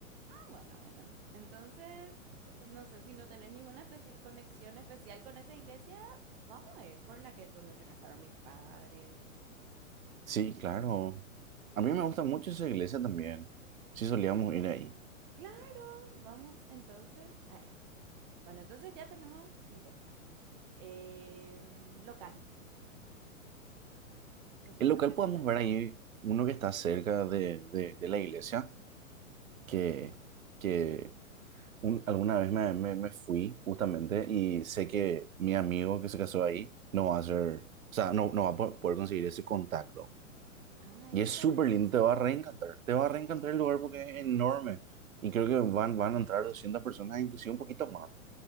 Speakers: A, on the right; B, on the right.
A: Bueno, bueno. Entonces, no sé si no tenés ninguna especi- conexión especial con esa iglesia, vamos a ir por la que donde se casaron mis padres.
B: Sí, claro. A mí me gusta mucho esa iglesia también. Sí, solíamos ir ahí.
A: Claro, vamos entonces ahí. Bueno, entonces ya tenemos iglesia. Em, local, local,
B: El local
A: local,
B: podemos
A: local.
B: ver ahí uno que está cerca de, de, de la iglesia, que, que un- alguna vez me, me- me fui justamente y sé que mi amigo que se casó ahí no va a ser, o sea, no, no va a po- poder conseguir ese contacto.
A: Ay,
B: Y
A: ¿qué
B: es
A: tal
B: súper
A: el precio?
B: lindo, te va a reencantar, te va
A: Ay,
B: a reencantar el lugar porque es enorme. Y creo que van, van a entrar doscientas personas, inclusive un poquito más.